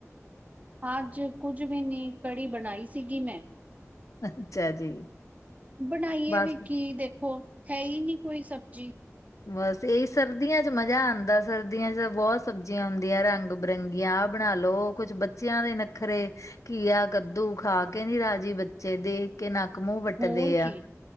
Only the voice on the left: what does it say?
ਅੱਛਾ ਜੀ।
ਬਸ
ਬੱਸ ਏਈ, ਸਰਦੀਆਂ ਚ ਮਜਾ ਆਂਦੈ, ਸਰਦੀਆਂ ਚ ਬੋਤ ਸਬਜੀਆਂ ਆਉਂਦੀਆਂ ਰਾਂਗ ਬਿਰੰਗੀਆਂ ਆ ਬਣਾ ਲੋ, ਓ ਕੁੱਛ ਬੱਚੇਆਂ ਦੇ ਨੱਖਰੇ। ਘੀਆ, ਕੱਦੂ ਖਾ ਕੇ ਨੀ ਰਾਜੀ ਬੱਚੇ ਦੇਖ ਕੇ ਨੱਕ, ਮੂੰਹ ਵੱਟਦੇ
ਆ,